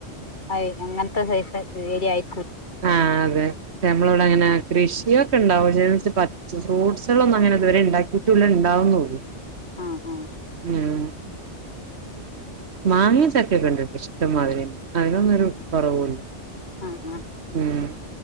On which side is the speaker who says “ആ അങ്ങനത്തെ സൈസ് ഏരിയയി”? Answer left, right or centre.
Left